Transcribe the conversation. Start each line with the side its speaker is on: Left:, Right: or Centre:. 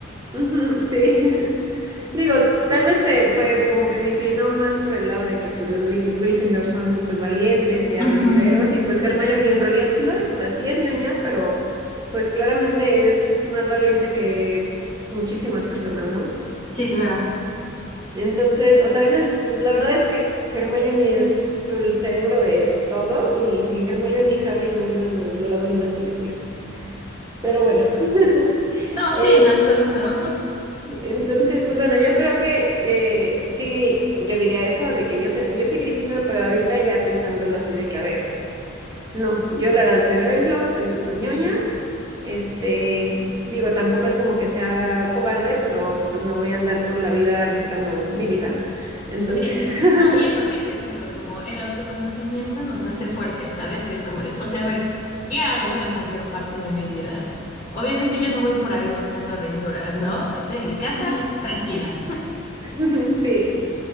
Right: Ujú, sí. <laughs> Digo, tal vez se fue como que se inclinó más por el lado de que pues los Gry- Gryffindor son pues valientes y aventureros
Left: Ujú.
Right: y pues Hermione en realidad sí lo es, o sea, sí es ñoña, pero pues claramente es más valiente que muchísimas personas, ¿no?
Left: Sí, claro.
Right: Entonces, o sea, a veces pues la verdad es que Hermione es el cerebro de todo y sin Hermione y Harry no hubieran no, durado ni una película. Pero bueno. <laughs>
Left: No, sí,
Right: Eh,
Left: en absoluto. <laughs>
Right: Entonces, pues bueno, yo creo que eh, sí, yo diría eso, de que yo soy, yo soy Gryffindor, pero ahorita ya pensándolo así de que, a ver, no, yo la verdad soy Ravenclaw, soy súper ñoña, este, digo, tampoco es como que sea cobarde, pero pues no voy a andar por la vida arriesgando mi vida. Entonces,
Left: Sí,
Right: <laughs>
Left: no, y es lo que te digo, como el autoconocimiento nos hace fuertes, ¿sabes? Que es como de, o sea, a ver, ¿qué hago la mayor parte de mi vida? Obviamente yo no voy por ahí buscando aventuras, ¿no? Estoy en mi casa,
Right: ujú,
Left: tranquila.
Right: <laughs> sí.